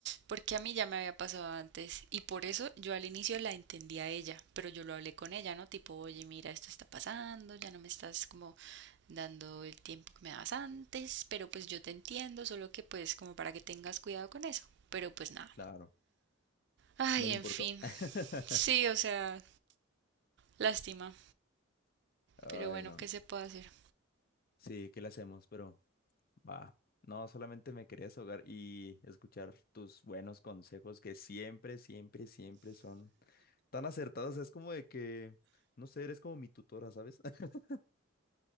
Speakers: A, on the right; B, on the left.
A: porque a mí ya me había pasado antes y por eso yo al inicio la entendí a ella, pero yo lo hablé con ella, ¿no? Tipo, oye, mira, esto está pasando, ya no me estás como dando el tiempo que me dabas antes, pero pues yo te entiendo, solo que pues como para que tengas cuidado con eso. Pero pues nada.
B: Claro,
A: Ay,
B: no le
A: en
B: importó.
A: fin.
B: <laughs>
A: Sí, o sea, lástima.
B: Ay,
A: Pero bueno,
B: no.
A: ¿qué se puede hacer?
B: Sí, ¿qué le hacemos? Pero... Va, no, solamente me quería ahogar y escuchar tus buenos consejos que siempre, siempre, siempre son tan acertados. Es como de que, no sé, eres como mi tutora, ¿sabes? <laughs>